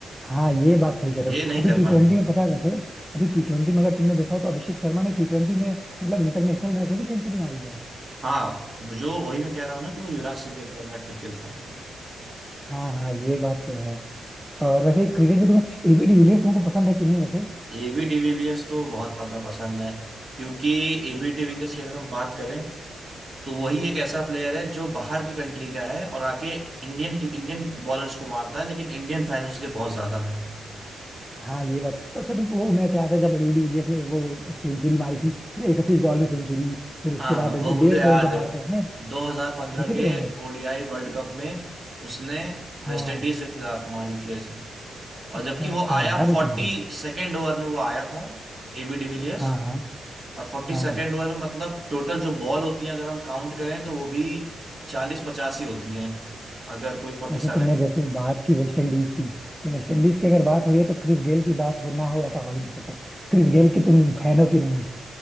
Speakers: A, in the centre; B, on the right.
A: हाँ ये बात सही कह रहे
B: ये
A: हो
B: नहीं
A: अभी
B: कर
A: टी
B: पाएंगे
A: ट्वेंटी
B: ये लोग।
A: में पता है वैसे अभी टी ट्वेंटी में अगर तुमने देखा हो तो अभिषेक शर्मा ने टी ट्वेंटी में मतलब इंटरनेशनल मैच में भी सेंचुरी मारी है
B: हाँ जो वही मैं कह रहा हूँ ना कि वो युवराज सिंह के फॉर्मेट में खेलता है
A: हाँ हाँ ये बात तो है और वैसे क्रिकेट में तुम्हें एबी डिविलियर्स तुमको पसंद है कि नहीं वैसे
B: एबी डिविलियर्स तो बहुत ज्यादा पसंद है क्योंकि एबी डिविलियर्स की अगर हम बात करें तो वही एक ऐसा प्लेयर है जो बाहर की कंट्री का है और आके इंडियन इंडियन बॉलर्स को मारता है लेकिन इंडियन फैंस उसके बहुत ज्यादा हैं
A: हाँ ये बात तो अच्छा तुमको वो मैच याद है जब एबी डिविलियर्स ने वो सेंचुरी मारी थी इकतीस बॉल में सेंचुररी फिर उसके
B: हाँ
A: बाद
B: वो
A: डेढ़
B: मुझे याद
A: सौ रन जब
B: है
A: मारा था उसने
B: 2015
A: देखे
B: के
A: थे वो मैच
B: ओडीआई वर्ल्ड कप में उसने
A: हाँ
B: वेस्ट इंडीज के खिलाफ मारी थी ऐसे और
A: अच्छा
B: जबकि वो
A: अच्छा
B: आया
A: याद है
B: फोर्टी
A: तुमको
B: सेकेंड ओवर में वो आया था एबी डिविलियर्स
A: हाँ हाँ
B: और फोर्टी
A: हाँ
B: सेकेंड ओवर में मतलब टोटल जो बॉल होती हैं अगर हम काउंट करें तो वो भी चालीस पचासी होती हैं अगर कोई फोर्टी
A: वैसे
B: सेवन
A: तुमने
B: तो
A: जैसे बात की वेस्ट इंडीज की तो वेस्ट इंडीज की अगर बात हो रही है तो क्रिस गेल की बात हो ना हो ऐसा हो ही नहीं सकता क्रिस गेल के तुम फैन हो कि नहीं